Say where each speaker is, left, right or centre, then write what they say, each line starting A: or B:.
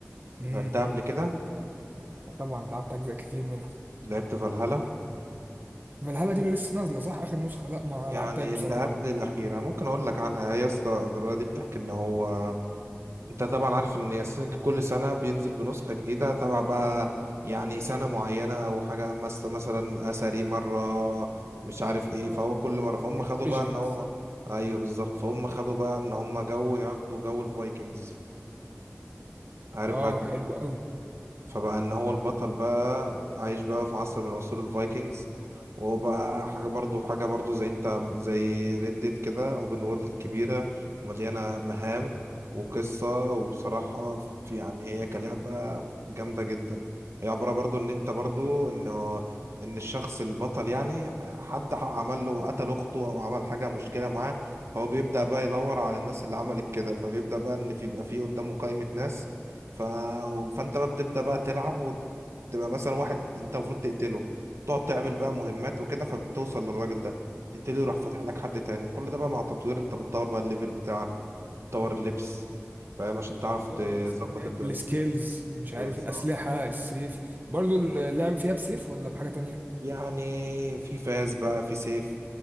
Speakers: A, on the right; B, on the right.
A: امم
B: لعبتها قبل كده
A: طبعا لعبت أجزاء كتير منها
B: لعبت فالهالا
A: فالهالا دي اللي لسه نازلة صح آخر نسخة لا ما
B: يعني
A: لعبتهاش بصراحة
B: اللي قبل الأخيرة ممكن أقول لك عنها هي يا اسطى الفيلا دي بتحكي إن هو أنت طبعا عارف إن ياسين كل سنة بينزل بنسخة جديدة تبع بقى يعني سنة معينة أو حاجة مس- مثلا أثري مرة مش عارف إيه
A: اه
B: فهو كل مرة فهم خدوا
A: اوريجينز
B: بقى إن هو أيوه بالظبط فهم خدوا بقى إن هم جو ياخدوا جو الفايكنجز عارف
A: اه
B: بقى
A: حلو قوي
B: فبقى ان هو البطل بقى عايش بقى في عصر من عصور الفايكنجز وبقى حاجة برضو حاجة برضو زي انت زي ريد ديد كده اوبن وورلد كبيرة ومليانة مهام وقصة وبصراحة في يعني هي كلعبة جامدة جدا هي عبارة برضو ان انت برضو انه ان الشخص البطل يعني حد عمل له قتل اخته او عمل حاجة مشكلة معاه فهو بيبدأ بقى يدور على الناس اللي عملت كده فبيبدأ بقى ان في بيبقى في قدامه قائمة ناس ف... فانت بقى بتبدأ بقى تلعب وتبقى مثلا واحد انت المفروض تقتله تقعد تعمل بقى مهمات وكده فبتوصل للراجل ده تقتله يروح فاتح لك حد تاني وكل ده بقى مع تطوير انت بتطور بقى الليفل بتاعك بتطور اللبس فاهم عشان تعرف تظبط
A: ايوه السكنات
B: الدنيا
A: السكيلز مش عارف
B: بالظبط
A: الأسلحة السيف برضو اللعب فيها بسيف ولا بحاجة تانية
B: يعني في فاس بقى في سيف